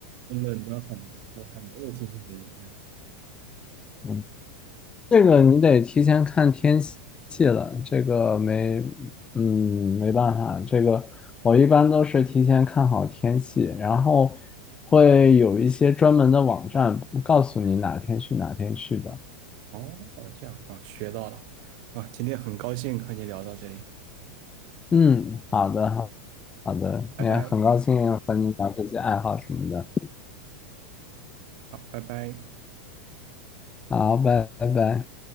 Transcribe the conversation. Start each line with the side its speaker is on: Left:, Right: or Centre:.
Right: 冷得很，我还没有星星给你看。
Left: 嗯，这个你得提前看天气了，这个没，嗯，没办法，这个我一般都是提前看好天气，然后会有一些专门的网站告诉你哪天去哪天去的。
Right: 哦，这样啊，学到了啊，今天很高兴和你聊到这里，
Left: 嗯，好的，好，好的，
Right: 拜拜，
Left: 也很高兴和你聊这些爱好什么的。
Right: 好，拜拜。
Left: 好，拜拜拜。